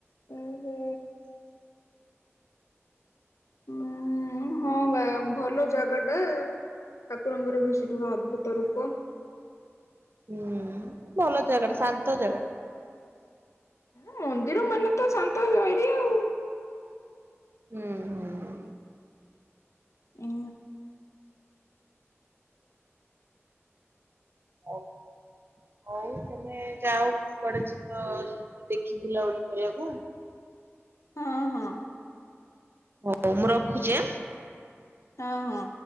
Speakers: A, on the left (about 85°); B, on the right (about 50°).
A: ଓହୋ ଉଁ ହଁ ବା ଭଲ ଜାଗା ଟା। ଠାକୁରଙ୍କର ବି ସେଠି ଗୋଟେ ଅଦ୍ଭୁତ ରୂପ।
B: ହୁଁ ଭଲ ଜାଗାଟ ଶାନ୍ତ ଜାଗା।
A: ମନ୍ଦିର ମାନେ ତ ଶାନ୍ତ ଭାରି ଆଉ।
B: ହୁଁ ହୁଁ।
A: ହୁଁ।
B: ହଉ। ହଉ ତମେ ଯାଅ କୁଆଡେ ଯିବ ଦେଖି ବୁଲାବୁଲି କରିବାକୁ ଆ
A: ହଁ ହଁ।
B: ହଉ ମୁଁ ରଖୁଛି।
A: ହଁ ହଁ।